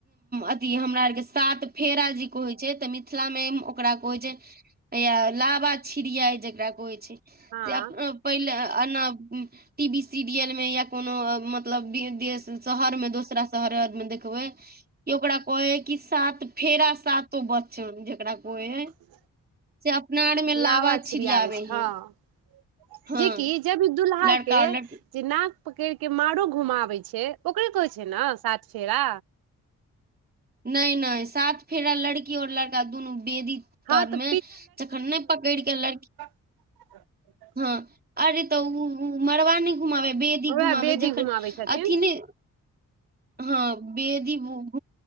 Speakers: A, on the right; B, on the right.
A: अथी हमरा आरके साथ सात फेरा जे कहै छै तऽ मिथिला मे ओकरा कहै छै लाबा छिड़िया रा होइ छै से
B: हँ
A: अप पहिले अना टीवी सीरियल मे या कोनो मतलब बिदेश शहर में दोसरा शहर मे देखबै कि ओकरा कहै है कि सात फेरा सातो बच्चन जेकरा कहै है
B: ह
A: से अपना आर मे लाबा
B: लावा छीरयाबय
A: छिड़ियाबे
B: छै
A: है
B: हँ
A: हँ
B: जे की जब इ दूलाहाके
A: लड़का और लड़की
B: चना पकड़ के मारो घुमबै छै ओकरे कहै छै ने सात फेरा
A: नैय नैय साथ फेरा लड़की और लड़का दुनू वेदी तर
B: हँ तऽ
A: मे जखन नहि पकड़ के लड़की
B: ह
A: हँ अरे तऽ उ मड़बा नहि घुमाबे बेदी
B: उएह
A: घुमाबे
B: बेदी
A: जखन
B: घुमाबै छथिन
A: अथी ने हँ बेदी ब